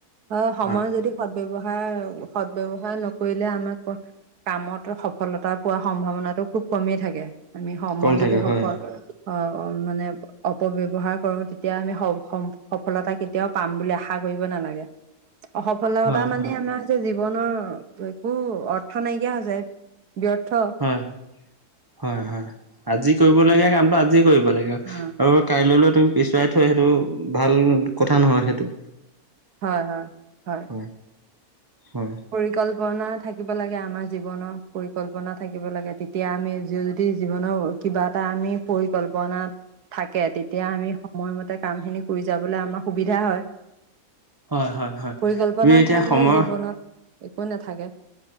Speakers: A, on the right; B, on the right.
A: অ' সময়
B: হয়
A: যদি সদ-ব্যয়ৱহাৰ সদ-ব্যৱহাৰ নকৰিলে আমাক কামত সফলতা পোৱা সম্ভাৱনাটো খুব কমেই থাকে, আমি সময়
B: কম থাকে
A: যদি সফল
B: হয়
A: অ' মানে অপব্যৱহাৰ কৰোঁ, তেতিয়া আমি স-সফলতা কেতিয়াও পাম বুলি আশা কৰিব নালাগে, অ সফলতা
B: হয়
A: মানে
B: হয়
A: আমাৰ যে জীৱনৰ একো অৰ্থ নাইকিয়া হৈ যায়। ব্যৰ্থ।
B: হয়, হয়, হয় আজি কৰিব লাগীয়া কামটো আজিয়েই কৰিব লাগে।
A: অ
B: আৰু কাইলৈলৈ তুমি পিছুৱাই থৈ সেইটো ভাল কথা নহয় সেইটো।
A: হয়, হয়, হয়।
B: হয়, হয়।
A: পৰিকল্পনা থাকিব লাগে আমাৰ জীৱনৰ, পৰিকল্পনা থাকিব লাগে। তেতিয়া আমি যুজ জি জীৱনৰ কিবা এটা আমি পৰিকল্পনা থাকে। তেতিয়া আমি সময়মতে কাম খিনি কৰি যাবলৈ আমাৰ সুবিধা হয়।
B: হয় হয় হয়
A: পৰিকল্পনা
B: তুমি এতিয়া
A: নাথাকিলে
B: সময়
A: জীৱনত একো নাথাকে।